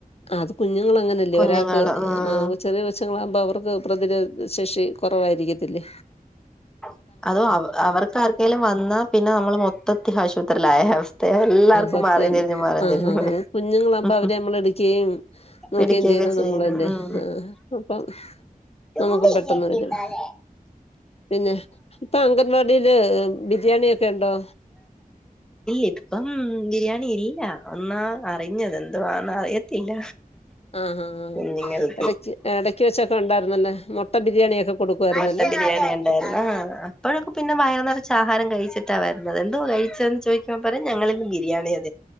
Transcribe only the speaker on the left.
അത് കുഞ്ഞുങ്ങളങ്ങനല്ലേ
ഒരാൾക്ക്
ചെറിയ കൊച്ചുങ്ങളകുമ്പോ അവർക്ക് പ്രതിരോധശേഷി കൊറവായിരിക്കത്തില്ലേ.
സത്യന്ന്
ആ
കുഞ്ഞുളവുമ്പോ
അവരെ നമ്മൾ എടുക്കേം <unintelligible> നോക്കെയും
ചെയ്യുന്ന
നമ്മള് അല്ലെ
അ അപ്പം നമുക്കും
പെട്ടെന്ന് വരും പിന്നെ ഇപ്പൊ അംഗൻവാടി <unintelligible> ബിരിയാണി ഒക്കെ ഉണ്ടോ?
ആ ആ ആ
ഇടക്ക് ഇടക്ക് വെച്ചൊക്കെ ഉണ്ടായിരുന്നല്ലേ മുട്ട ബിരിയാണി ഒക്കെ കൊടുക്കു ആയിരുന്ന